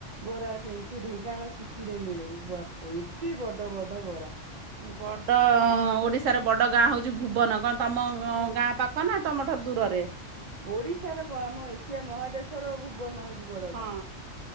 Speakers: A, on the right; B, on the right.
A: ବରା ସେ ସେ ଢେଙ୍କାନାଳ ସିଟି ରେ ମିଳେ ବାପ ଏତେ ବଡ ବଡ ବରା।
B: ବଡ ଓଡିଶାର ବଡ ଗାଁ ହଉଛି ଭୁବନ କଣ ତମ
A: ହଁ
B: ଗାଁ ପାଖ ନା ତମଠାରୁ ଦୂରରେ?
A: ଓଡିଶାର କଣ ଆମ ଏସିଆ ମହାଦେଶର ଭୁବନ ହଉଛି ବଡଗାଁ।
B: ହଁ